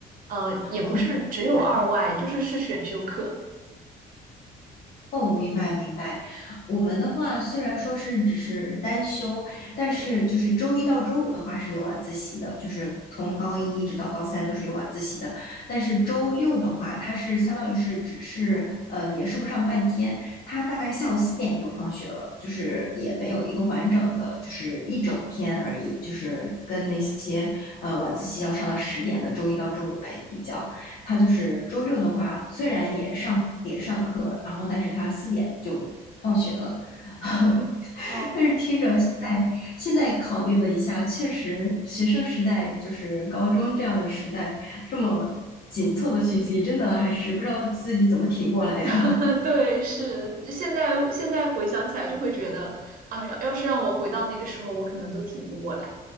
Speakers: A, on the right; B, on the left.
A: 呃，也不是只有二外，
B: 哦，明白
A: 就是是选修课。
B: 哦，明白明白。我们的话虽然说是只是单休，但是就是周一到周五的话是有晚自习的，就是从高一一直到高三都是有晚自习的。但是周六的话，它是相当于是只是呃也说不上半天，它大概下午四点就放学了，就是也没有一个完整的就是一整天而已，就是跟那些呃晚自习要上到十点的周一到周五来比较。他就是周六的话，虽然也上也上课，然后但是他四点就放学了。<laughs>
A: 哦，
B: 但是听着现在现在考虑了一下，确实学生时代就是高中这样的时代，这么紧凑的学习，真的还是不知道自己怎么挺过来的。
A: <laughs>
B: <laughs>
A: 对，是现在现在回想起来就会觉得啊，要要是让我回到那个时候，我可能都挺不过来。